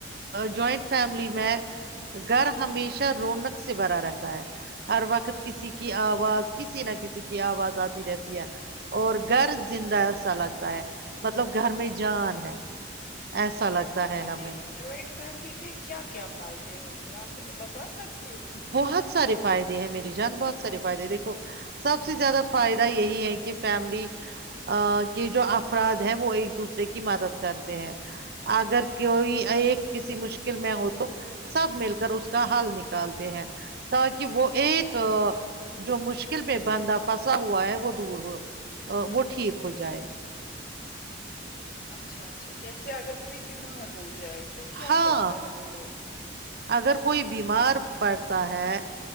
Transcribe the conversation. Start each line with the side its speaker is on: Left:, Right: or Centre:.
Right: جوائنٹ فیملی میں گھر ہمیشہ رونق سے بھرا رہتا ہے ہر وقت کسی کی آواز کسی نہ کسی کی آواز آتی رہتی ہے اور گھر زندہ سا لگتا ہے مطلب گھر میں جان ہے ایسا لگتا
Left: اچھا
Right: ہے ہمیں
Left: دیدی جوائنٹ فیملی کے کیا کیا فائدے ہوتے ہیں آپ مجھے بتا سکتے
Right: بہت سارے فائدے ہیں میری جان بہت سارے فائدے دیکھو سب سے زیادہ فائدہ یہی ہے کہ فیملی کے جو افراد ہیں وہ ایک دوسرے کی مدد کرتے ہیں اگر کوئی ایک کسی مشکل میں ہو تو سب مل کر اس کا حل نکل نکالتے ہیں تاکہ وہ ایک جو مشکل پہ بندا پھنسا ہوا ہے وہ دور ہو وہ ٹھیک ہو جائے
Left: اچھا اچھا جیسے اگر کوئی بیمار ہو جائے تو کیا
Right: ہاں
Left: کرتے ہیں وہ لے
Right: اگر کوئی بیمار پڑتا ہے